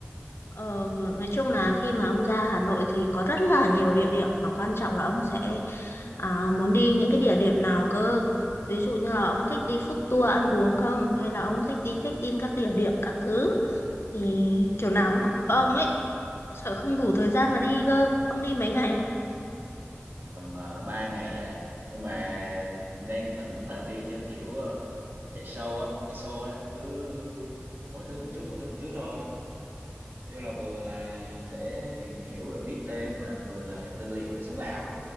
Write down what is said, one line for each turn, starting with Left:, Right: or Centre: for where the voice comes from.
Left: Ờ, nói chung là khi mà ông ra Hà Nội thì có rất là nhiều địa điểm mà quan trọng là ông sẽ à, muốn đi những cái địa điểm nào cơ. Ví dụ như là ông thích đi food tour ăn uống không? Hay là ông thích đi check-in các địa điểm các thứ? Thì kiểu nào
Right: Ừm,
Left: cũng có cho ông ấy. Sợ không đủ thời gian
Right: ờ,
Left: mà đi cơ. Ông đi mấy ngày?
Right: tầm ờ, ba ngày à nhưng mà đang tính là đi theo kiểu ờ, chạy show á chạy show á cứ mỗi thứ một chút mỗi thứ một chút thôi nói chung là vừa là để tìm hiểu rồi biết thêm và vừa là tư liệu để sống ảo